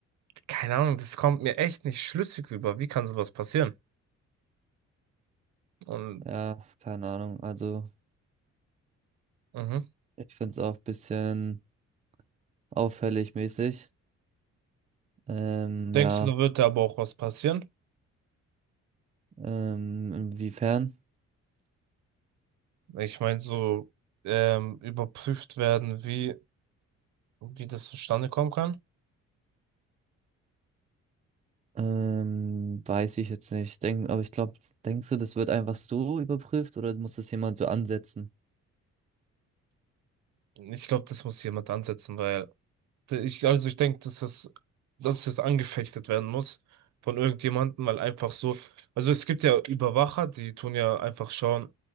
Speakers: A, on the right; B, on the right.
A: keine Ahnung, das kommt mir echt nicht schlüssig rüber. Wie kann sowas passieren? Und
B: Ja, keine Ahnung. Also,
A: mhm.
B: ich finde es auch ein bisschen auffällig mäßig. Ähm,
A: Denkst
B: ja,
A: du, da wird da aber auch was passieren?
B: ähm, inwiefern?
A: Ich meine, so ähm, überprüft werden, wie, wie das zustande kommen kann.
B: Ähm, weiß ich jetzt nicht. Denk, aber ich glaube, denkst du, das wird einfach so überprüft oder muss das jemand so ansetzen?
A: Ich glaube, das muss jemand ansetzen, weil Ich, also ich denke, dass das, dass das angefechtet werden muss von irgendjemandem, weil einfach so, also es gibt ja Überwacher, die tun ja einfach schauen,